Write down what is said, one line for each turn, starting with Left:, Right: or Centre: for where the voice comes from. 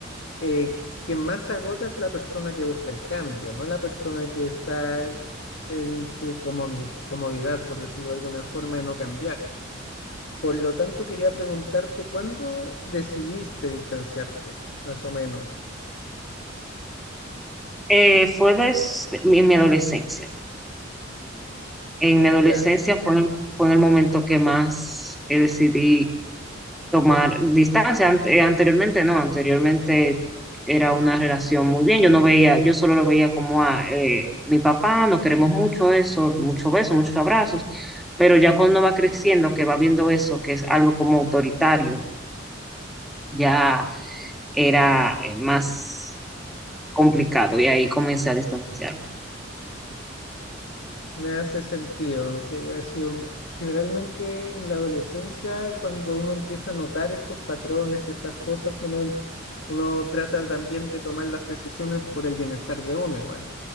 Left: eh, quien más se agota es la persona que busca el cambio, no la persona que está en en su comodi- comodidad, por decirlo de alguna forma, de no cambiar. Por lo tanto, quería preguntarte, ¿cuándo decidiste distanciarte, más o menos?
Centre: Eh, fue desde mi, mi adolescencia. En mi adolescencia
Left: Ya,
Centre: fue en el, fue en el momento que más eh, decidí tomar distancia. Ante- eh, anteriormente no, anteriormente era una relación muy bien. Yo no veía, yo solo lo veía como a eh, mi papá, nos queremos mucho eso, muchos besos, muchos abrazos. Pero ya cuando va creciendo, que va viendo eso, que es algo como autoritario, ya era eh, más complicado y ahí comencé a distanciarme.
Left: me hace sentido que ha sido generalmente en la adolescencia, cuando uno empieza a notar estos patrones y estas cosas, uno, uno trata también de tomar las decisiones por el bienestar de uno igual.